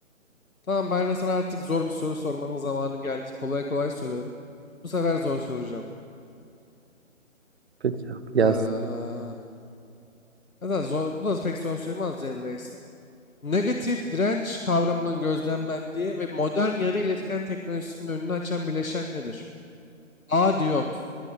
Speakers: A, on the left (about 80°); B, on the right (about 50°).
A: Tamam ben de sana artık zor bir soru sormanın zamanı geldi. Kolay kolay soruyorum. Bu sefer zor soracağım.
B: Peki abi gelsin.
A: Ee, hatta zor, bu da pek zor sayılmaz diye de neyse. Negatif direnç kavramının gözlemlendiği ve modern yarı iletken teknolojisinin önünü açan bileşen nedir? A. Diyot